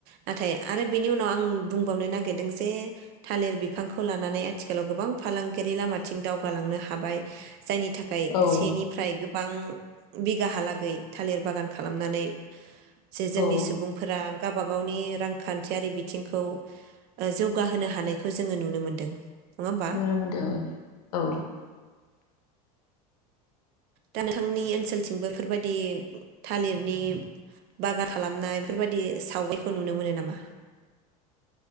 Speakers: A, on the right; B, on the left.
A: नाथाय आरो बिनि उनाव आं बुंबावनो नागिरदों जे थालिर बिफांखौ लानानै आथिखालाव गोबां फालांगियारि लामाथिं दावगालांनो हाबाय। जायनि थाखाय
B: औ
A: सेनिफ्राय गोब बां बिगाहालागै था लिर बागान खालामनानै जे जोंनि
B: औ
A: सुबुंफोरा गाबा गावनि रांखान्थियारि बिथिंखौ जौगाहोनो हानायखौ जोङो नुनो मोनदों। नङा होमबा
B: नुनो मोनदो औ
A: दा नोंथांनि ओनसोलथिंबो बेफोरबादि थालिरनि बागा खालामनाय बेफोरबादि सावगारिखो नुनो मोनो नामा?